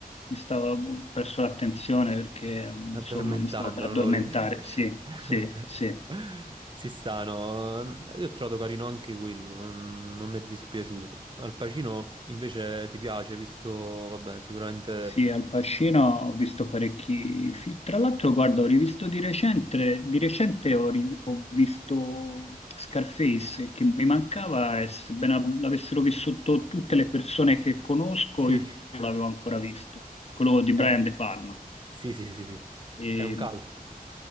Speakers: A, on the left; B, on the right.
A: mi stavo ho perso l'attenzione perché
B: Addormentando,
A: insomma mi stavo per addormentare,
B: non lo volevo dire.
A: sì,
B: <laughs>
A: sì, sì.
B: Si stanno. Io ho trovato carino anche quello, non, non mi è dispiaciuto. Al Pacino invece ti piace, visto, vabbè, sicuramente
A: Sì, Al Pacino ho visto parecchi film. Tra l'altro, guarda, ho rivisto di recente, di recente ho, ri- ho visto Scarface, che mi mancava e sebbene l'avessero vissuto tutte le persone che conosco,
B: sì.
A: io non l'avevo ancora visto, quello di Brian
B: Eh,
A: De Palma.
B: sì, sì, sì, sì.
A: E
B: È un cult.